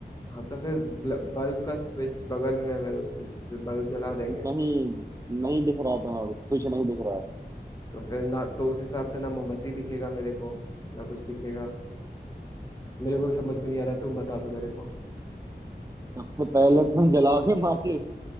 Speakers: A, on the left; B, on the right.
A: हाँ तो फिर ब्ल- बल्ब का स्विच बगल में है मैं तो स्विच से बल्ब जला देंगे
B: नहीं नहीं दिख रहा तुम्हारा स्विच नहीं दिख रहा है
A: तो फिर ना तो उस हिसाब से ना मोमबत्ती दिखेगा मेरे को ना कुछ दिखेगा मेरे को भी समझ में नहीं आ रहा तुम बता दो मेरे को
B: सबसे पहले तुम जलाओगे माचिस